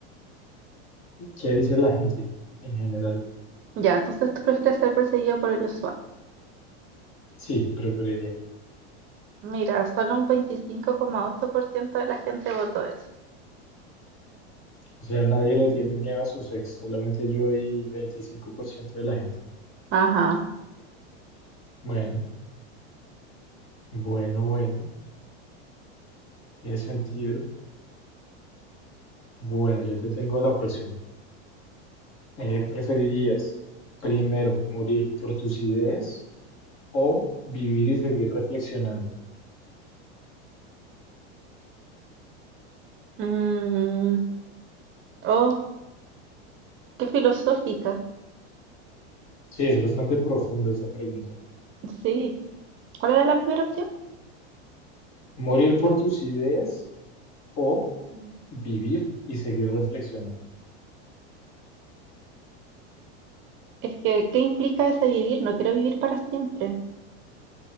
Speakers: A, on the left; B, on the right.
A: ¿Qué dice la gente en general?
B: Ya, entonces tú prefieres ser perseguido por el SWAT.
A: Sí, preferiría.
B: Mira, solo un 25,8% de la gente votó eso.
A: O sea, nadie le tiene miedo a sus ex, solamente yo y 25% de la gente.
B: Ajá.
A: Bueno, bueno, bueno, tiene sentido. Bueno, yo te tengo la próxima. Eh, ¿preferirías primero morir por tus ideas o vivir y seguir reflexionando?
B: Mm, oh, qué filosófica.
A: Sí, es bastante profunda esa pregunta.
B: Sí. ¿Cuál era la primera opción?
A: ¿Morir por tus ideas o
B: Mm.
A: vivir y seguir reflexionando?
B: Es que, ¿qué implica ese vivir? No quiero vivir para siempre.